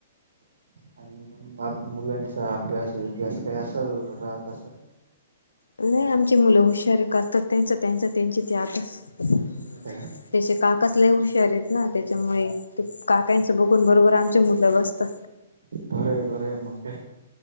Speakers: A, on the right; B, on the left.
A: आणि मग मुलांचा अभ्यास विभ्यास काय असाल राहत असेल ना.
B: नाही आमची मुलं हुशारी करतात त्यांच त्यांच त्यांची त्यातच
A: करून घेता का
B: तेचे काकच लै हुशार आहेत ना, तेच्यामुळे. ते काकयांचा बघून बरोबर आमचे मुलं बसता.
A: बर बर मग काय?